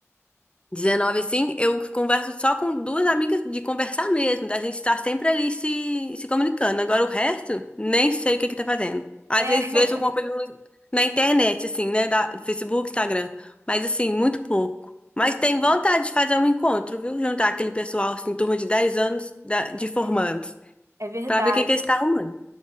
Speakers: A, on the left; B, on the right.
A: 19 assim, eu converso só com duas amigas de conversar mesmo, da gente estar sempre ali se, se comunicando. Agora o resto, nem sei o que que tá fazendo. Às
B: é,
A: vezes vejo alguma coisa no- na internet, assim, né, da Facebook, Instagram, mas assim, muito pouco.
B: <laughs>
A: Mas
B: muito
A: tem
B: bom.
A: vontade de fazer um encontro, viu? Juntar aquele pessoal, assim, turma de 10 anos da- de
B: É verdade.
A: formandos,
B: É verdade.
A: pra ver o que que eles estão arrumando.